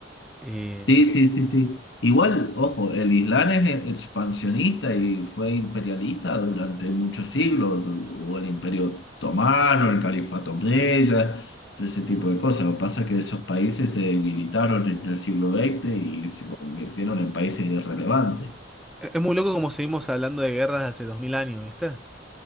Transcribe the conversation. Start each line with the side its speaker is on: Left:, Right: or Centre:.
Centre: Eh,
Left: Sí, sí, sí, sí. Igual, ojo, el Islam es e- expansionista y fue imperialista durante muchos siglos. Du- Hubo el Imperio Otomano, el Califato Omeya, todo ese tipo de cosas. Lo que pasa es que esos países se debilitaron en el siglo XX y se convirtieron en países irrelevantes.
Centre: es es muy loco como seguimos hablando de guerras de hace dos mil años, ¿viste?